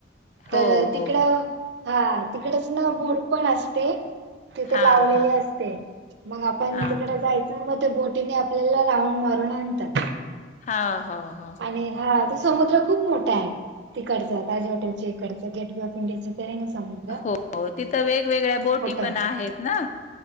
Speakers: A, on the left; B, on the right.
A: हो
B: तर तिकडं
A: हो
B: हा तिकडच ना बोड पण असते तिथे
A: हां
B: लावलेली
A: हां
B: असते मग आपण
A: हां
B: तिकडे जायच मग ते बोटीने आपल्याला राऊंड मारून आणतात
A: हा हो हो
B: आणि हा तो समुद्र खूप मोठा आहे तिकडचं ताज हॉटेलच्या इकडचं गेटवे ऑफ इंडियाच तेन समज
A: हो हो तिथं वेगवेगळ्या बोटी पण
B: आहे.
A: आहेत ना